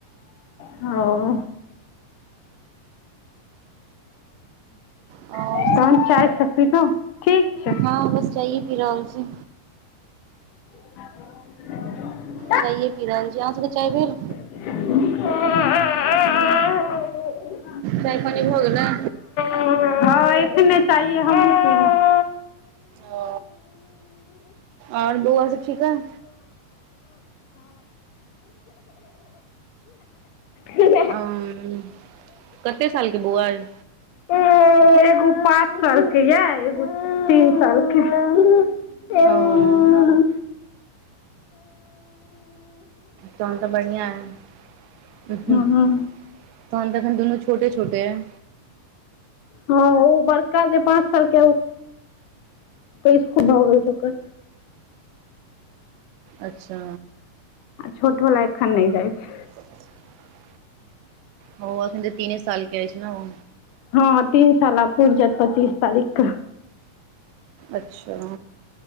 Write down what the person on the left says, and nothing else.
हँ ओ
तहन
चाय सब पिलौं ठीक छै
<unintelligible>
<unintelligible>
हँ एखने चाइए हमहुँ पिलौं
कीनब
एगो पाँ एगो पांच साल के यै एगो तीन सालके हँ
हँ
हँ ओ बड़का जे पाँच साल के ओ इसकुल भऽ गेल छै ओकर
आ छोट बला एखन नहि जाइ छै।
हँ तीन साल आब पुइर जायत पच्चीस तारीख के